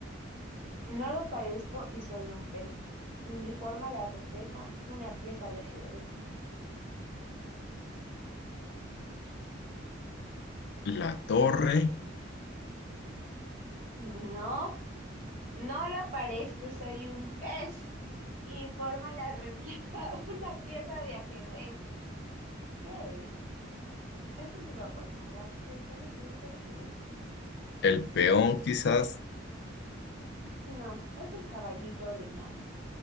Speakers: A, on the right; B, on the left.
A: No lo parezco y soy un pez. Mi forma la refleja una pieza de ajedrez.
B: La torre.
A: No, no lo parezco y soy un pez. Y mi forma la refleja <laughs> una pieza de ajedrez. ¿Qué es? Es tu última oportunidad. Piénsalo, piénsalo, piénsalo.
B: El peón quizás.
A: No, es el caballito de mar.